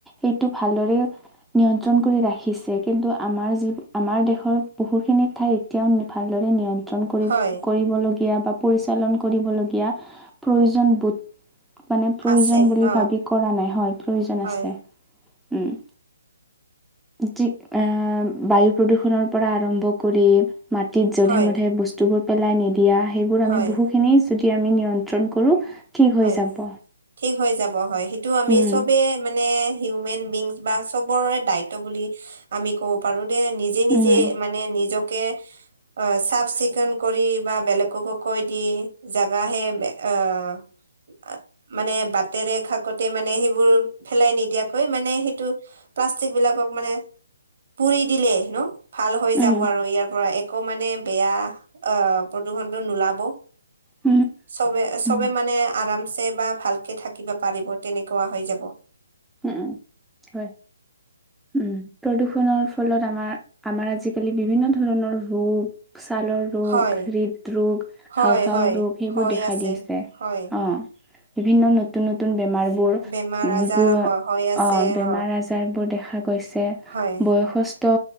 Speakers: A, in the centre; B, on the right (about 60°).
A: এইটো ভালদৰে নিয়ন্ত্ৰণ কৰি ৰাখিছে কিন্তু আমাৰ যি আমাৰ দেশৰ বহুখিনি ঠাই এতিয়াও ভালদৰে নিয় লীয়া
B: হয়
A: বা পৰিচালন কৰিবলগীয়া প্ৰয়োজন বোধ মানে প্ৰয়োজন
B: আছে
A: বুলি
B: অ
A: ভাবি কৰা নাই হয় প্ৰয়োজন
B: হয়
A: আছে। উম যি আহ বায়ু প্ৰদূষণৰ পৰা আৰম্ভ কৰি মাটিত যধে
B: হয়
A: মধে বস্তুবোৰ পেলাই নিদিয়া সেইবোৰ
B: হয়
A: আমি বহুখিনি যদি আমি নিয়ন্ত্ৰণ কৰো ঠিক
B: হয়
A: হৈ যাব
B: ঠিক হৈ যাব হয়। সেইটো আমি
A: উম
B: চবেই মানে হিউমেন বিংছ বা চবৰে দায়িত্ব বুলি আমি ক'ব পাৰো। নিজে
A: উম
B: নিজে মানে নিজকে আহ চাফ চিকুণ কৰি বা বেলেগকো কৈ দি জাগাহে আহ <unintelligible> মানে বাটৰে শাকতে মানে সেইবোৰ পেলাই নিদিয়াকৈ মানে সেইটো প্লাষ্টিক বিলাকক মানে পুৰি দিলে ন ভাল হৈ যাব
A: উম
B: আৰু ইয়াৰ পৰা একো মানে বেয়া আহ প্ৰদূৰষণটো নোলাব।
A: উম
B: চবে চবে
A: উম
B: মানে আৰামছে বা ভালকে থাকিব পাৰিব তেনেকুৱা হৈ যাব।
A: উম, উম হয় উম প্ৰদূৰষণৰ ফলত আমাৰ আমাৰ আজিকালি বিভিন্ন ধৰণৰ ৰোগ ছালৰ ৰোগ
B: হয়,
A: হৃদৰোগ
B: হয়,
A: হালফাওৰ
B: হয়,
A: ৰোগ সেইবোৰ
B: হৈ
A: দেখা
B: আছে,
A: দিছে
B: হয়,
A: অ' বিভিন্ন নতুন নতুন বেমাৰ বোৰ
B: বেমাৰ
A: যি
B: আজাৰ
A: বোৰ
B: হয়, হৈ আছে,
A: অ বেমাৰ
B: অ',
A: আজাৰ বোৰ দেখা গৈছে
B: হয়,
A: বয়সস্ ত